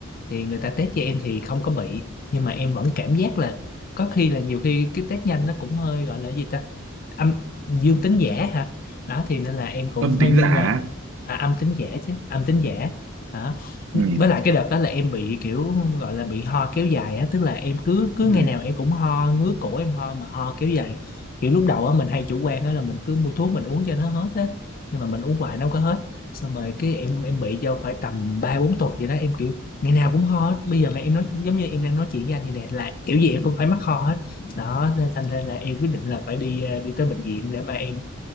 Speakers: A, on the left; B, on the right.
A: thì người ta test cho em thì không có bị nhưng mà em vẫn cảm giác là có khi là nhiều khi cái test nhanh nó cũng hơi gọi là gì ta âm dương tính giả hả đó thì nên là em cũng
B: âm
A: hơi
B: tính
A: nghi
B: giả
A: ngờ à, âm tính giả chứ âm tính giả hả với
B: ừ,
A: lại cái đợt đó là em bị kiểu gọi là bị ho kéo dài á tức là em cứ cứ
B: ừ.
A: ngày nào em cũng ho ngứa cổ em ho mà ho kéo dài kiểu lúc đầu á mình hay chủ quan á là mình cứ mua thuốc mình uống cho nó hết á nhưng mà mình uống hoài nó không có hết xong rồi cái em em bị vô phải tầm ba bốn tuần vậy đó em kiểu ngày nào cũng ho hết bây giờ mà em nói giống như em đang nói chuyện với anh vậy nè là kiểu gì em cũng phải mắc ho hết đó nên thành ra là em quyết định là phải đi ờ, đi tới bệnh viện để mà em